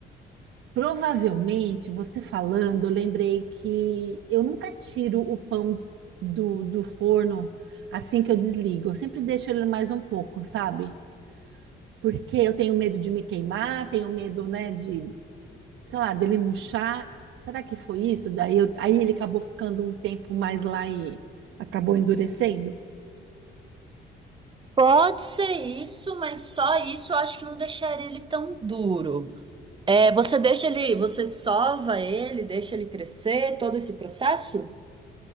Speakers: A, on the right; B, on the right.
A: provavelmente, você falando, eu lembrei que eu nunca tiro o pão do, do forno assim que eu desligo. Eu sempre deixo ele mais um pouco, sabe? Porque eu tenho medo de me queimar, tenho medo, né, de sei lá, dele murchar. Será que foi isso? Daí eu- aí ele acabou ficando um tempo mais lá e acabou endurecendo.
B: Pode ser isso, mas só isso eu acho que não deixaria ele tão duro. É, você deixa ele, você sova ele, deixa ele crescer, todo esse processo?